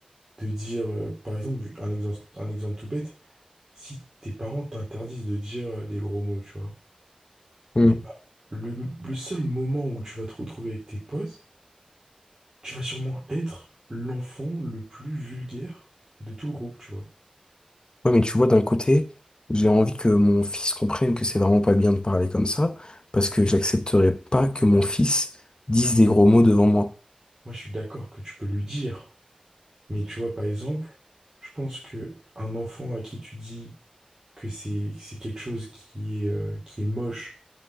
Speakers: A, on the right (about 25°); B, on the left (about 40°).
A: de dire, euh, par exemple, un exemple, un exemple tout bête, si tes parents t'interdisent de dire euh, des gros mots, tu vois,
B: Hmm.
A: et bah, le, le seul moment où tu vas te retrouver avec tes potes, tu vas sûrement être l'enfant le plus vulgaire de tout le groupe, tu vois.
B: Ouais, mais tu vois, d'un côté, j'ai envie que mon fils comprenne que c'est vraiment pas bien de parler comme ça, parce que j'accepterai pas que mon fils dise des gros mots devant moi.
A: Moi, je suis d'accord que tu peux lui dire, mais tu vois, par exemple, je pense que un enfant à qui tu dis que c'est c'est quelque chose qui est, euh, qui est moche,